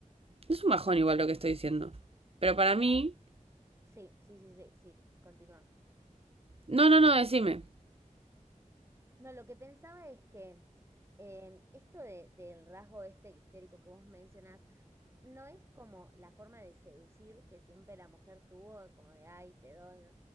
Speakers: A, on the right; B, on the right.
A: es un bajón igual lo que estoy diciendo. Pero para
B: Igual.
A: mí,
B: Sí, sí, sí, sí, sí, continúa.
A: no, no, no, decime.
B: No, lo que pensaba es que em, esto de- del rasgo este histérico que vos mencionás, no es como la forma de seducir que siempre la mujer tuvo, como de, ay, te doy, ¿no?